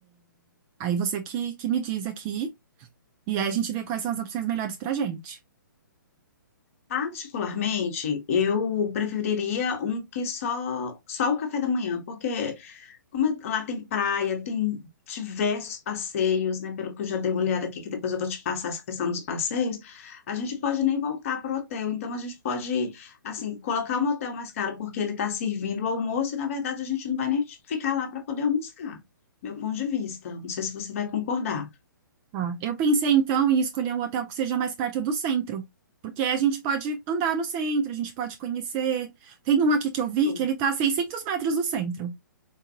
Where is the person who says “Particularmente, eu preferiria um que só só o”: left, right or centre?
Left